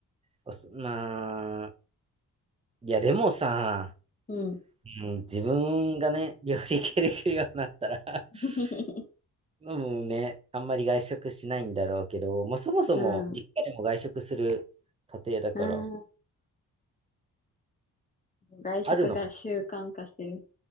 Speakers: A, on the right; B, on the left.
A: おすまあ、いやでもさ、
B: うん。
A: うん、自分がね、料理系できるようになったら
B: <laughs>
A: <laughs> もうね、あんまり外食しないんだろうけど、まあそもそも実家でも外食する家庭だから、
B: うん。うん。外食が習慣化してる。
A: あるの。